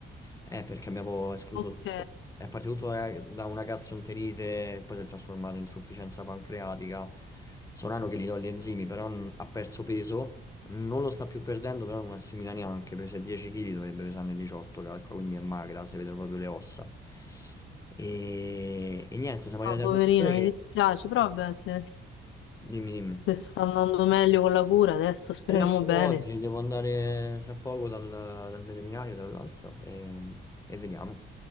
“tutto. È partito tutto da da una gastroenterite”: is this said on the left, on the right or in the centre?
Left